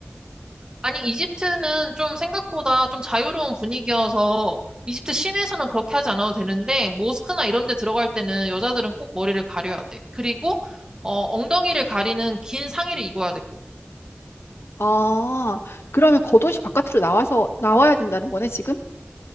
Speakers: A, on the right; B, on the left.
A: 아니, 이집트는 좀 생각보다 좀 자유로운 분위기여서 이집트 시내에서는 그렇게 하지 않아도 되는데, 모스크나 이런 데 들어갈 때는 여자들은 꼭 머리를 가려야 돼. 그리고, 어, 엉덩이를 가리는 긴 상의를 입어야 되고.
B: 아, 그러면 겉옷이 바깥으로 나와서 나와야 된다는 거네, 지금?